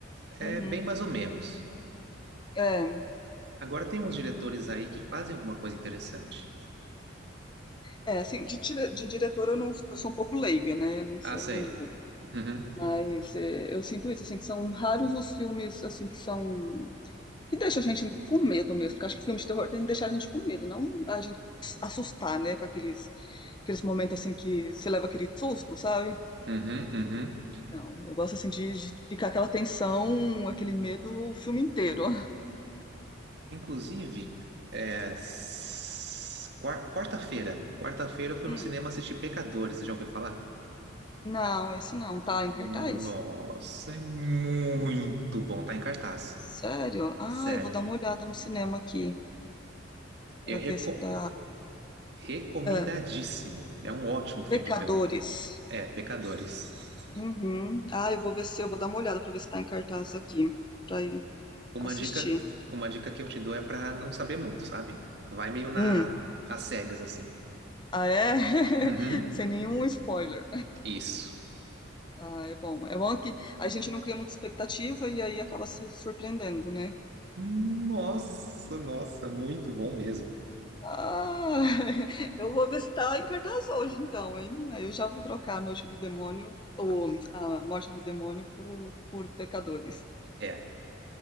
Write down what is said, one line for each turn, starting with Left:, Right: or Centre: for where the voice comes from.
Right: é
Left: Uhum.
Right: bem mais ou menos.
Left: É,
Right: Agora tem uns diretores aí que fazem alguma coisa interessante.
Left: é, assim, de, dire- de diretor eu não, eu sou um pouco leiga, né? Não sei
Right: Ah, sei.
Left: muito.
Right: Uhum,
Left: Mas eh, eu sinto isso, assim, que são raros os filmes, assim, que são... que deixam a gente com medo mesmo, porque acho que filme de terror tem que deixar a gente com medo, não a gente assustar, né, com aqueles, aqueles momentos, assim, que você leva aquele susto, sabe?
Right: uhum, uhum.
Left: Não, eu gosto, assim, de, de ficar aquela tensão, aquele medo o filme inteiro. <laughs>
Right: Inclusive, é, s- quar- quarta-feira. Quarta-feira eu fui
Left: Hum,
Right: no cinema assistir Pecadores, já ouviu falar?
Left: não, esse não, tá em
Right: Nossa,
Left: cartaz?
Right: é muito bom, tá em cartaz.
Left: Sério? Ah,
Right: Sério,
Left: eu vou dar uma olhada no cinema aqui, pra
Right: é reco-
Left: ver se tá...
Right: recomendadíssimo.
Left: Ah,
Right: É um ótimo filme
Left: Pecadores.
Right: de terror. É, Pecadores.
Left: Uhum. Ah, eu vou ver se eu vou dar uma olhada pra ver se tá em cartaz aqui, pra ir
Right: Uma
Left: assistir.
Right: dica, uma dica que eu te dou é pra não saber muito, sabe? Vai meio na
Left: Hum.
Right: às cegas assim.
Left: Ah, é? <laughs>
Right: Uhum,
Left: Sem nenhum spoiler.
Right: isso.
Left: Ah, é bom. É bom que a gente não cria muita expectativa e aí acaba se surpreendendo, né?
Right: Nossa, nossa, muito bom mesmo.
Left: Ah, <laughs> eu vou ver se tá em cartaz hoje, então, hein? Aí eu já vou trocar a Noite do Demônio, ou a Morte do Demônio, por, por Pecadores.
Right: É,